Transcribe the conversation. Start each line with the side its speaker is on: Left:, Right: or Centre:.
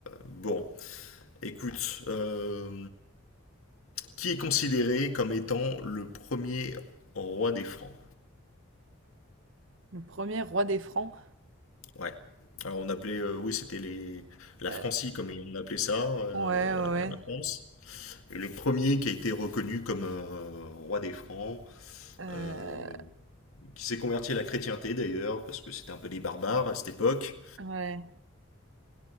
Left: Bon, écoute. euh, Qui est considéré comme étant le premier roi des Francs?
Right: Le premier roi des Francs.
Left: Ouais. Alors on appelait, euh, oui, c'était les... la
Right: Euh,
Left: Francie comme on appelait ça euh,
Right: ouais, ouais,
Left: avant
Right: ouais.
Left: la France. Et le premier qui a été reconnu comme euh, roi des Francs.
Right: Euh,
Left: euh, qui s'est converti à la chrétienté d'ailleurs, parce que c'était un peu des barbares à cette époque.
Right: ouais.